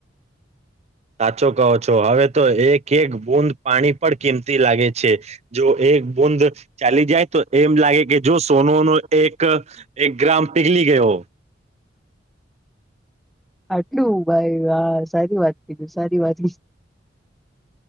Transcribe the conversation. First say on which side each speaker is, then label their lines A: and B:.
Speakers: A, on the right; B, in the centre.
A: સાચો કહો છો હવે તો એક એક બુંદ પાણી પણ કિંમતી લાગે છે જો એક બુંદ ચાલી જાય તો એમ લાગે કે જો સોનો ન એક એક ગ્રામ પીગલી ગયો
B: આટલું ભાઈ હા સારી વાત કીધું સારી વાત